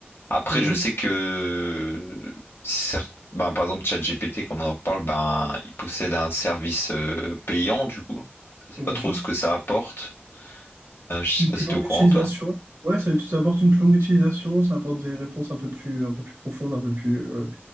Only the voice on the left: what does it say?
Après,
je sais que certes, ben, par exemple, ChatGPT, comme on en parle, ben, il possède un service euh, payant, du coup. Je sais
pas trop
ce que ça apporte. Euh, je sais
pas
si
t'es au courant,
toi.